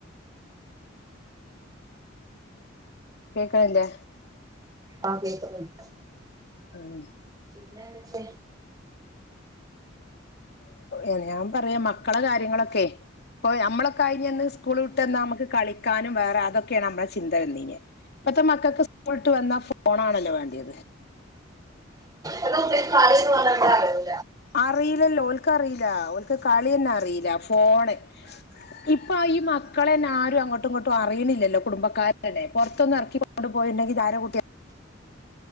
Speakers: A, on the left; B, on the right.
A: കേക്ക്ണില്ലേ
B: ആഹ് കേക്ക്ന്ന്ണ്ട്
A: ഉം
B: പിന്നത് വെച്ച്
A: ഏഹ് ഞാൻ പറയ മക്കളെ കാര്യങ്ങളൊക്കെ ഇപ്പോ ഞമ്മളൊക്ക ആയീഞ്ഞന്ന് സ്കൂൾ വിട്ടന്നാ നമുക്ക് കളിക്കാനും വേറെ അതൊ ക്കേണ് നമ്മള ചിന്ത വന്നീനെ ഇപ്പത്തെ മക്കക്ക് സ്കൂൾ വിട്ടു വന്നാ ഫോണാണലൊ വേണ്ട്യേത്
B: ഇപതെ കുട്ടീക് കളീന്ന് പർഞ എന്താ അറിയൊ
A: അറീലലൊ ഓൽക്കറീല ഓൽക്ക് കളി തന്നെ അറീല ഫോണ് ഇപ്പൊ ഈ മക്കളെന്നെ ആരും അങ്ങോട്ടും ഇങ്ങോട്ടും അറിയ്ണില്ലല്ലൊ കുടുംബക്കാരന്നെ പൊറ്ത്തൊന്നും എറക്കി ണ്ട് പോയിണ്ടെങ്കി ഇതാര കുട്ട്യാ